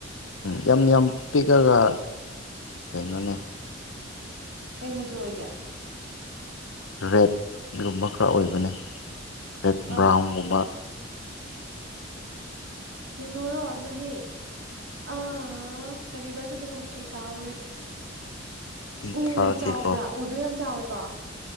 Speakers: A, on the left (about 80°); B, on the right (about 65°).
A: ꯌꯥꯝ ꯌꯥꯝ ꯄꯤꯛꯑꯒ ꯀꯩꯅꯣꯅꯦ
B: ꯀꯩ ꯃꯆꯨ ꯑꯣꯏꯒꯦ
A: ꯔꯦꯠꯒꯨꯝꯕ ꯈꯔ ꯑꯣꯏꯕꯅꯦ ꯔꯦꯠ
B: ꯑ
A: ꯕ꯭ꯔꯥꯎꯟꯒꯨꯝꯕ
B: ꯀꯩꯅꯣꯔꯣ ꯑꯗꯨꯗꯤ ꯑꯥ ꯀꯔꯤꯕ ꯑꯗꯨꯗꯣ ꯃꯃꯤꯡ ꯑꯩ ꯀꯥꯎꯔꯦ
A: ꯑꯩ
B: ꯎ
A: ꯊꯥꯔꯛꯀꯦꯀꯣ
B: ꯆꯥꯎꯕ꯭ꯔꯥ ꯎꯗꯣ ꯌꯥꯝ ꯆꯥꯎꯋꯦꯀꯣ